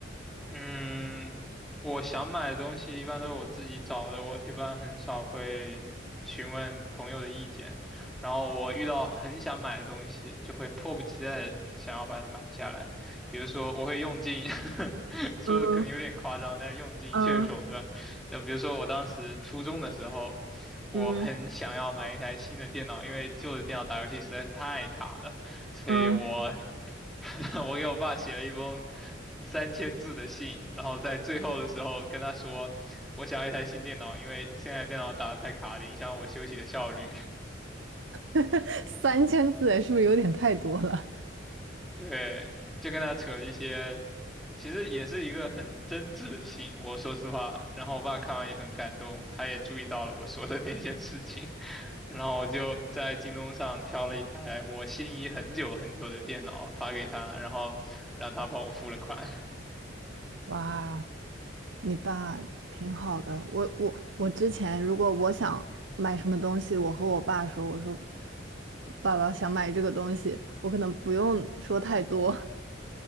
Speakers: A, in the centre; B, on the right.
A: 嗯，我想买的东西一般都是我自己找的，我一般很少会询问朋友的意见。然后我遇到很想买的东西，就会迫不及待地想要把它买下来。比如说，我会用尽，<laughs> 说的可能有点夸张，
B: 嗯
A: 但是用尽一切手段。
B: 嗯
A: 就比如说，我当时初中的时候，我很想要买一台新的电脑，
B: 嗯，
A: 因为旧的电脑打游戏实在是太卡了。所以我
B: 嗯，
A: <laughs> 我给我爸写了一封三千字的信，然后在最后的时候跟他说，我想要一台新电脑，因为现在电脑打得太卡了，影响我休息的效率。
B: <laughs> 三千字是不是有点太多了？
A: <laughs> 对，就跟他扯了一些，其实也是一个很真挚的信，我说实话。然后我爸看完也很感动，他也注意到了我说的那件事情，<laughs> 然后我就在京东上挑了一台我心仪很久很久的电脑发给他，然后让他帮我付了款。<laughs>
B: <laughs> 哇，你爸挺好的，我我我之前如果我想买什么东西，我和我爸说，我说爸爸想买这个东西，我可能不用说太多，